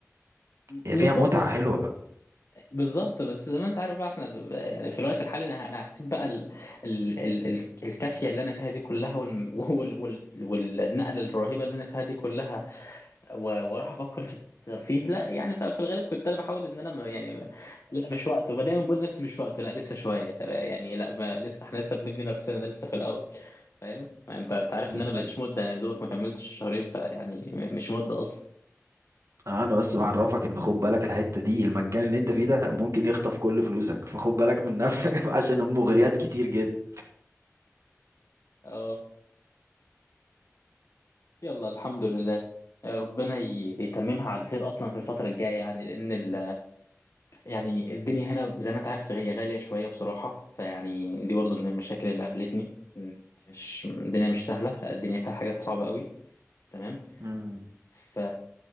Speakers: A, on the right; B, on the left.
A: هي
B: بالظبط
A: فيها متعة
B: بس
A: حلوة
B: بالظبط بس زي ما انت عارف بقى احنا ب... يعني في الوقت الحالي انا انا هسيب بقى ال... ال... ال... ال- الكافيه اللي انا فيها دي كلها وال... وال... وال... والنقله الرهيبه اللي انا فيها دي كلها و- واروح افكر في الترفيه لا يعني ف- في الغالب كنت انا بحاول ان انا ما- يعني لا مش وقته ودايما بقول لنفسي مش وقته لا لسه شويه آه، يعني لا ما لسه احنا لسه بنبني نفسنا لسه في الاول فاهم يعني انت انت عارف
A: بس
B: ان انا بقاليش مده يعني يا دوبك ما كملتش شهرين فيعني م- مش مده اصلا
A: انا بس بعرفك ان خد بالك الحتة دي المكان اللي انت فيه ده ممكن يخطف كل فلوسك فخد بالك من نفسك <laughs> عشان المغريات كتير جدا
B: اه يلا الحمد لله آه، ربنا ي- يتممها على خير اصلا في الفتره الجايه يعني لان ال يعني الدنيا هنا زي ما انت عارف هي غالية شوية بصراحة فيعني دي برضو من المشاكل اللي قابلتني مش الدنيا مش سهلة لا الدنيا فيها حاجات صعبة قوي تمام
A: مم.
B: ف